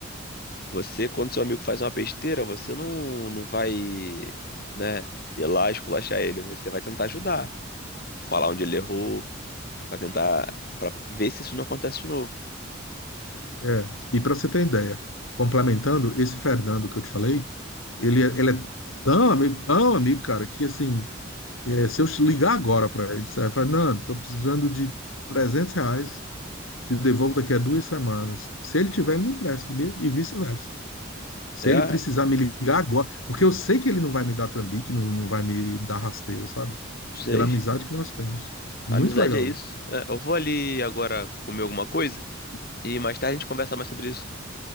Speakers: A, on the left; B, on the left.
A: Você, quando seu amigo faz uma besteira, você não, não vai, né, ir lá esculachar ele. Você vai tentar ajudar, falar onde ele errou, pra tentar, pra ver se isso não acontece de novo.
B: É. E para você ter ideia, complementando, esse Fernando que eu te falei, ele, é- ele é tão amigo, tão amigo, cara, que assim, é, se eu ligar agora para ele, você vai falar, Fernando, tô precisando de 300 reais, te devolvo daqui a duas semanas. Se ele tiver, ele me empresta, sabia? E vice-versa. Se
A: É,
B: ele precisar me ligar agora, porque eu sei que ele não vai me dar trambique, não, não vai me dar rasteira, sabe?
A: sei.
B: pela amizade que nós temos. Muito
A: Amizade
B: legal
A: é isso.
B: isso.
A: É, eu vou ali agora comer alguma coisa e mais tarde a gente conversa mais sobre isso.